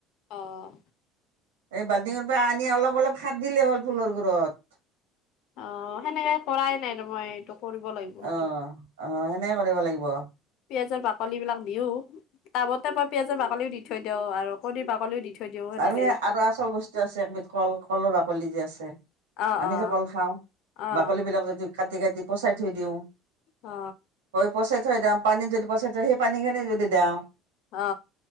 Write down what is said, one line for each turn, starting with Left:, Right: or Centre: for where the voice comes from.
Left: অ'।
Right: এই বাল্টিঙৰ পৰা আনি অলপ, অলপ সাৰ দিলে হ'ল ফুলৰ গুৰত।
Left: অ' সেনেকে কৰাই নাই <unintelligible> মই এইটো কৰিব লাগিব। সেইটো
Right: অ, অ সেনেকে কৰিব লাগিব।
Left: পিয়াঁজৰ বাকলি বিলাক দিওঁ তাবতে মই পিয়াঁজৰ বাকলিও দি থৈ দিওঁ আৰু কণীৰ বাকলিও দি থৈ দিওঁ সেনেকে
Right: আৰু সেই আৰু আচল বস্তু আছে একবিধ কল-কলৰ বাকলি যে আছে।
Left: অ', অ',
Right: আমি যে কল খাওঁ
Left: অ',
Right: বাকলি বিলাক যদি কাটি, কাটি পচাই থৈ দিওঁ?
Left: অ।
Right: পচে থৈ দাওঁ পানী যদি পচাই থৈ সেই পানী খিনি যদি দেওঁ?
Left: অ,